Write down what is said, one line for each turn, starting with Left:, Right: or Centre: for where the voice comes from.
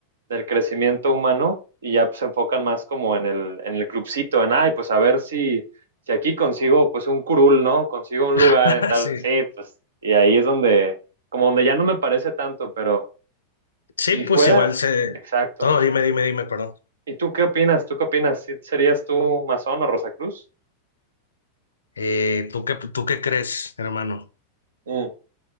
Right: del crecimiento humano, y ya pues, se enfocan más como en el, en el clubcito, en, ay, pues a ver si, si aquí consigo, pues, un curul, ¿no? Consigo un
Left: <laughs>
Right: lugar en tal,
Left: Sí.
Right: sí, pues, y ahí es donde, como donde ya no me parece tanto, pero si
Left: Sí, pues
Right: fuera,
Left: igual se...
Right: exacto.
Left: No, dime, dime, dime, perdón.
Right: ¿Y tú qué opinas? ¿Tú qué opinas? ¿Sí- ¿Serías tú masón o Rosacruz?
Left: Eh, ¿tú qué, tú qué crees, hermano?
Right: Mm,